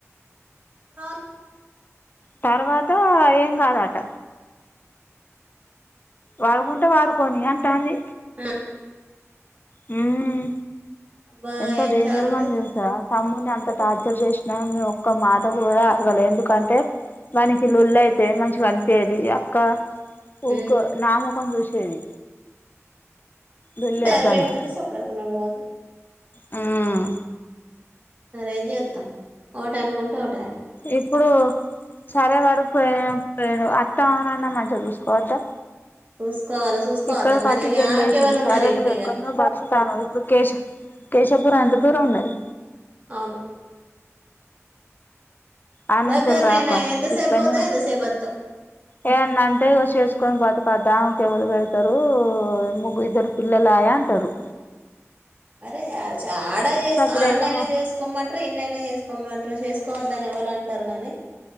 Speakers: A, on the right; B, on the left.
A: నాల్
B: తర్వాత ఏం కాదట వాడుకుంటే వాడుకోని అంటాంది
A: ఆ
B: హ్మ్
A: అబ్బా
B: ఎంత
A: ఏం
B: డేంజర్
A: చాలు
B: మని
A: ఉన్నది
B: తెల్సా తమ్ముని అంత టార్చర్ చేసినా ఆమె ఒక్క మాట కూడా అడగలే ఎందుకంటే వానికి లొల్లయితే మంచిగనిపీయది అక్క ఊకో
A: ఉమ్,
B: నా ముఖం చూసేది లొల్లి
A: గరిమేమి
B: వద్దని
A: సప్పుడవుతున్నాడు కాక
B: మ్మ్
A: మరేం చేత్తం ఒకటనుకుంటే ఒకటాయ
B: ఇప్పుడు సరే వాడు పోయిన పోయిర్రు అత్తమామ నన్న మంచిగా చూసుకోవద్దా
A: చూసుకోవాలి చూసుకోవద్దా
B: ఇక్కడ పట్టు
A: మరి
B: జనరేషన్
A: ఆమెకి ఎవరు
B: సరే
A: ఉన్నారు ఇంకా
B: నువ్వు ఎక్కడనో
A: ఇక
B: బతుకుతానవ్ ఇప్పుడు కేశ కేశ్ తొపుర దూరం ఉన్నది
A: అవును
B: ఆన్నుంచెల్లి
A: దగ్గరనేనా
B: రాక
A: ఎంతసేపు
B: ఇక్కన్ను
A: పోతావు ఎంతసేపు వత్తావ్
B: ఏమన్నంటే అంటే ఇగో చేసుకొని బతుకు పద్దామ కెవరు పెడ్తరు ముగ్గు ఇద్దరు పిల్లలాయ అంటరు
A: అరే ఆడ చే
B: సప్పుడేకా
A: ఆనైనా చేసుకోమంటరు ఇన్నైనా చేసుకోమం ట్రు చేసుకోవద్దాని ఎవలంటరు గాని